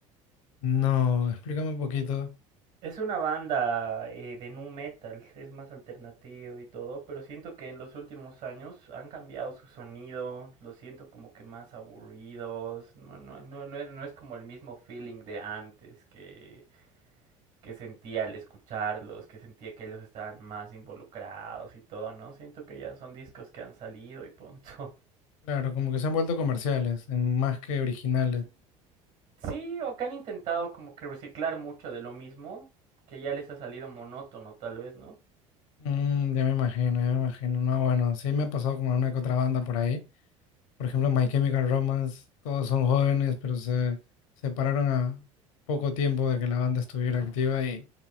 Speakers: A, on the left (about 75°); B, on the right (about 60°).
A: No, explícame un poquito.
B: Es una banda eh, de nu metal, es más alternativo y todo, pero siento que en los últimos años han cambiado su sonido, lo siento como que más aburridos, no, no, no, no, es- no es como el mismo feeling de antes que, que sentía al escucharlos, que sentía que ellos estaban más involucrados y todo, ¿no? Siento que ya son discos que han salido y punto. <laughs>
A: Claro, como que se han vuelto comerciales, en- más que originales.
B: Sí, o que han intentado como que reciclar mucho de lo mismo, que ya les ha salido monótono tal vez, ¿no?
A: Mm, ya me imagino, ya me imagino. No, bueno, sí me ha pasado con una que otra banda por ahí. Por ejemplo, My Chemical Romance, todos son jóvenes, pero se separaron a poco tiempo de que la banda estuviera activa y,